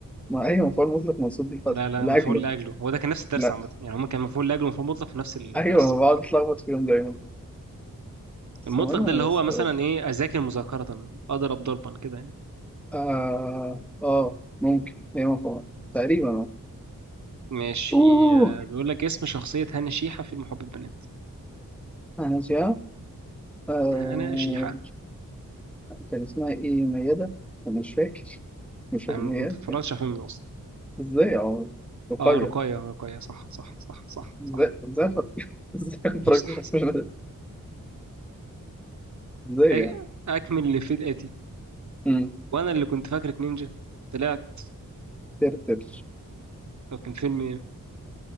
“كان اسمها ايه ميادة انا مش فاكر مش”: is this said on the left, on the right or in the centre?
Centre